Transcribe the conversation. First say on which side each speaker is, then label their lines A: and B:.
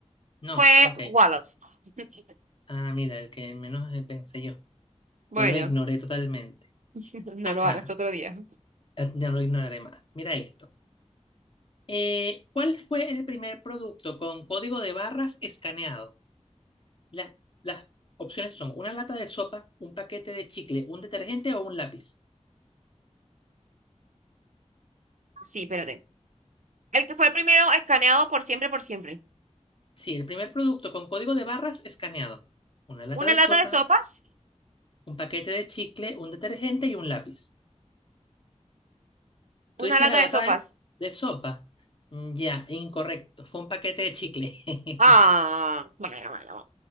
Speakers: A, on the left; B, on the right.
A: No,
B: Fue
A: ok.
B: Wallace. <laughs>
A: Ah, mira, el que menos eh, pensé yo.
B: Bueno,
A: Yo lo ignoré totalmente.
B: <laughs> no
A: Ajá,
B: lo hagas otro día.
A: eh, no lo ignoraré más. Mira esto. Eh, ¿cuál fue el primer producto con código de barras escaneado? Las, las opciones son una lata de sopa, un paquete de chicle, un detergente o un lápiz.
B: Sí, espérate. El que fue el primero escaneado por siempre, por siempre.
A: Sí, el primer producto con código de barras escaneado. Una lata
B: Una
A: de
B: lata
A: sopa,
B: de sopas.
A: un paquete de chicle, un detergente y un lápiz. Tú
B: Una
A: dices
B: lata
A: la lata
B: de sopas.
A: de, de sopa. Mm, Ya, incorrecto. Fue un paquete de chicle. <laughs>
B: Ah, bueno, bueno,